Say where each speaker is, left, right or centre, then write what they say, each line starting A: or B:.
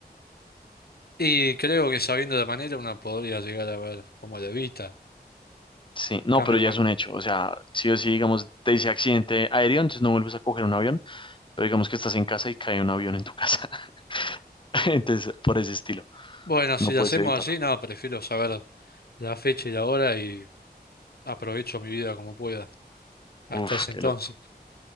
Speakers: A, on the left; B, on the left.
A: Y creo que sabiendo la manera uno podría llegar a ver cómo lo evita.
B: Sí, no,
A: Cambio
B: pero ya
A: con...
B: es un hecho. O sea, sí o sí, digamos, te dice accidente aéreo, entonces no vuelves a coger un avión, pero digamos que estás en casa y cae un avión en tu casa. <laughs> Entonces, por ese estilo,
A: Bueno,
B: no
A: si lo
B: puedes
A: hacemos
B: evitarlo.
A: así, no, prefiero saber la fecha y la hora y aprovecho mi vida como pueda. Hasta
B: Uf,
A: ese
B: qué
A: entonces.
B: loco.